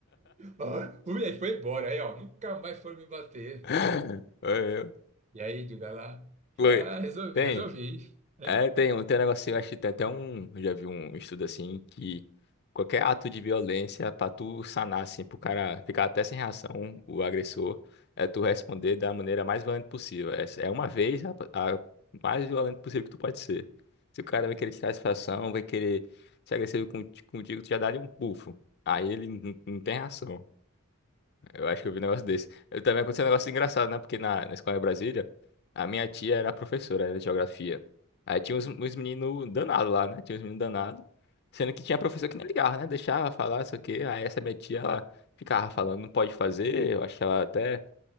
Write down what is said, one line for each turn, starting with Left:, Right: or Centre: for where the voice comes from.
Right: ah, ah. E Aí foi embora, aí ó, nunca mais foram me bater.
Left: <gasps> <laughs> Oi,
Right: E aí, diga lá,
Left: oi.
Right: ah, resolvi,
Left: Tem?
Right: resolvi. É,
Left: É, tem, um- tem um negocinho, acho que tem até um. eu Já vi um estudo assim que qualquer ato de violência, pra tu sanar, assim, pro cara ficar até sem reação, o agressor, é tu responder da maneira mais violenta possível. É, é uma vez a, a mais violenta possível que tu pode ser. Se o cara
Right: é,
Left: vai querer tirar satisfação, vai querer ser agressivo conti- contigo, tu já dá-lhe um bufo. Aí ele não, não tem reação. Eu acho que eu vi um negócio desse. Eu também aconteceu um negócio engraçado, né? Porque na, na escola em Brasília, a minha tia era professora, era de geografia. Aí tinha uns, uns meninos danados lá, né? Tinha uns meninos danados. Sendo que tinha professor que nem ligava, né? Deixava falar, não sei o quê. Aí essa minha tia, ela ficava falando, não pode fazer. Eu acho que ela até